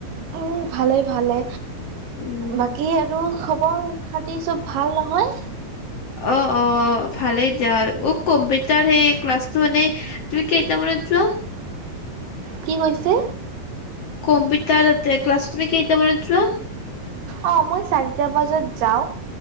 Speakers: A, on the right; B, on the left.
A: অ ভালে ভালে।
B: উম
A: বাকী আৰু খবৰ খাতি চব ভাল নহয়
B: অ অ ভালে যাৰ উ কম ব তাৰ সেই ক্লাছ মানে তুমি কেইটামানত যোৱা?
A: কি কৈছে।
B: কম্পিউটাৰ এ ক্লা কেইটা মানত যোৱা।
A: অ মই চাৰিটা বজাত যাও